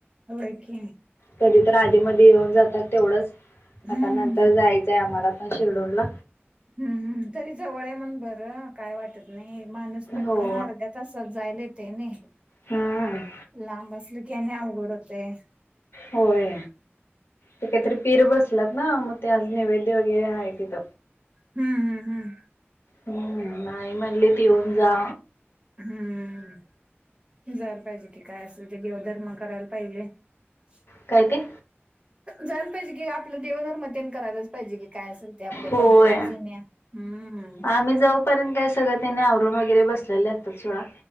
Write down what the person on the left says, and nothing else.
कधी तर आधी मधी येऊन जातात तेवढंच
आता नंतर जायचंय आम्हाला पण शिरडोनला.
हो
हम्म
होय ते काहीतरी पीर बसलात ना मग ते आज नैवेद्य वगैरे आहेत.
हम्म आई म्हणली ते येऊन जा.
काय ते
होय
आम्ही जाऊ र्यंत काय सगळं त्यांने आवरूण वगैरे बसलेले असतात थोडा